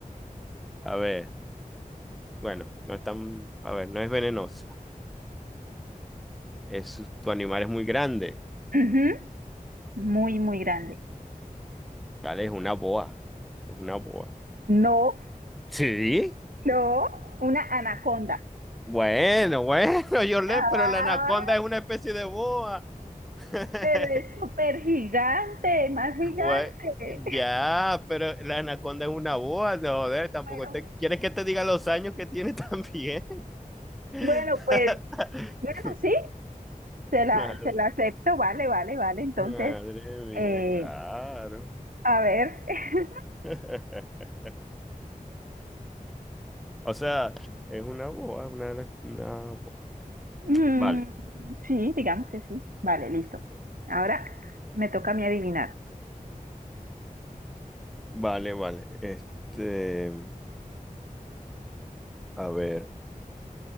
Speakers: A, in the centre; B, on the right.
A: A ver, bueno, no es tan, a ver, no es venenosa. Es, tu animal es muy grande.
B: Ujú, Muy, muy grande.
A: Vale, es una boa. Es una boa.
B: No,
A: Sí.
B: No, una anaconda.
A: Bueno, bueno, <laughs> yo le,
B: ah,
A: pero la anaconda es una especie de boa. <laughs>
B: Pero es súper gigante, más gigante.
A: bue ya, pero la anaconda es una boa, no, joder, tampoco
B: bueno,
A: te quieres que te diga los años que tiene también. <laughs>
B: Bueno, pues, bueno, sí, se la,
A: Madre,
B: se la acepto, vale, vale, vale. Entonces,
A: madre mía,
B: eh,
A: claro.
B: a ver, <laughs>
A: <laughs> O sea, es una boa, es una, una boa.
B: mm,
A: Vale,
B: sí, digamos que sí. Vale, listo. Ahora me toca a mí adivinar.
A: vale, vale. Este, a ver,